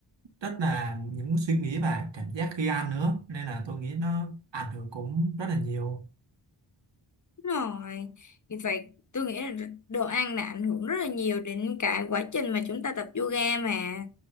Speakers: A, on the right; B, on the left.
A: rất là những suy nghĩ và cảm giác khi ăn nữa nên là tôi nghĩ nó ảnh hưởng cũng rất là nhiều
B: Đúng rồi vì vậy tôi nghĩ là đồ ăn là ảnh hưởng rất là nhiều đến cả quá trình mà chúng ta tập yoga mà